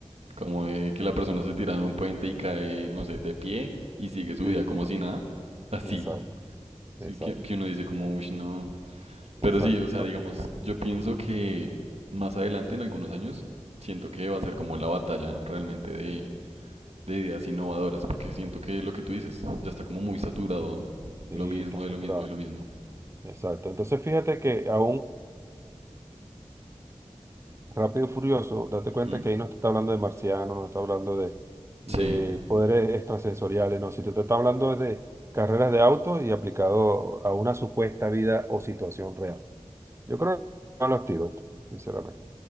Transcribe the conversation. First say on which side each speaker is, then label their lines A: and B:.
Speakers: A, on the right; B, on the right.
A: como de que la persona se tira de un puente y cae, no sé, de pie y sigue su
B: sí,
A: vida como si nada, así,
B: exacto,
A: sí,
B: exacto,
A: que, que uno dice como, uff, no. Pero
B: exacto.
A: sí, o sea,
B: Pero-
A: digamos, yo pienso que más adelante, en algunos años, siento que va a ser como la batalla realmente de, de ideas innovadoras, porque siento que lo que tú dices ya está como muy saturado,
B: Sí,
A: lo mismo,
B: está saturado,
A: de lo mismo, de lo mismo.
B: exacto. Entonces, fíjate que aún. Rápido y Furioso, date cuenta
A: Ujú.
B: que ahí no te está hablando de marcianos, no está hablando de, de
A: Sí.
B: poderes extrasensoriales, no, si te está hablando de carreras de autos y aplicado a una supuesta vida o situación real. Yo creo que no los tiros, sinceramente.